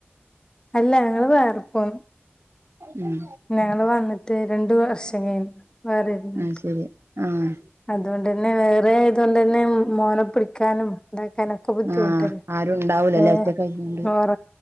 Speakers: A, on the left; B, on the right.
A: അല്ല ഞങ്ങള് വേറെ പ്പോ
B: ഉം
A: ഞങ്ങള് വന്നിട്ട് രണ്ട് വർഷം കഴി വേറെ വന്നിട്ട്
B: അത് ശരി ആഹ്
A: അതോണ്ട്ന്നെ വേറെ ആയതോണ്ടന്നെ മോനെ പിടിക്കാനും ണ്ടാക്കാനും ക്കെ ബുദ്ധിമുട്ടല്ലേ
B: ആഹ് ആരും ഉണ്ടാവൂലല്ലേ
A: ഏഹ്
B: ഒറ്റക്കായിക്കൊണ്ട്
A: ഉറ